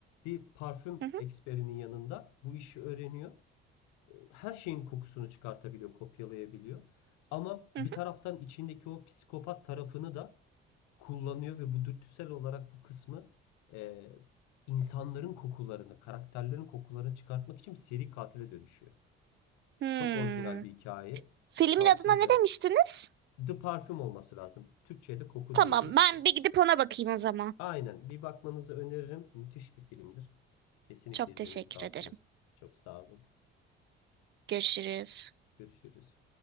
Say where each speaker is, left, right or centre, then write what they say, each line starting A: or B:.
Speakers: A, on the left (about 65°); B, on the right (about 35°).
A: bir parfüm
B: hı hı
A: eksperinin yanında bu işi öğreniyor. E, Her şeyin kokusunu çıkartabiliyor, kopyalayabiliyor. Ama bir
B: hı. hı.
A: taraftan içindeki o psikopat tarafını da kullanıyor ve bu dürtüsel olarak bu kısmı e, insanların kokularını, karakterlerin kokularını çıkartmak için bir seri katile dönüşüyor.
B: Hmm.
A: Çok orijinal bir hikaye.
B: Filmin
A: Tavsiye
B: adına
A: ederim.
B: ne demiştiniz?
A: The Parfüm olması lazım. Türkçe'de koku
B: Tamam,
A: diye geçti.
B: ben bir gidip ona bakayım o zaman.
A: Aynen. Bir bakmanızı öneririm. Müthiş bir filmdir. Kesinlikle
B: Çok
A: izlemenizi
B: teşekkür
A: tavsiye
B: ederim.
A: ederim. Çok sağ olun.
B: Görüşürüz.
A: Görüşürüz.